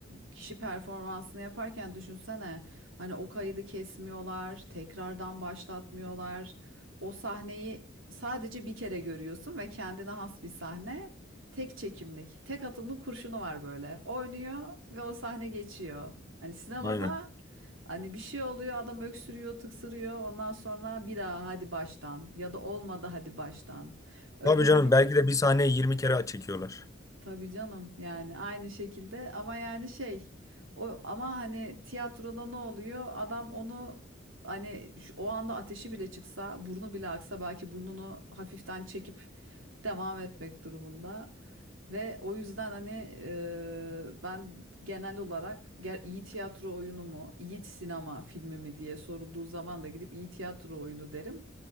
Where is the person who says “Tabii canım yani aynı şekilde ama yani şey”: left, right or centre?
Right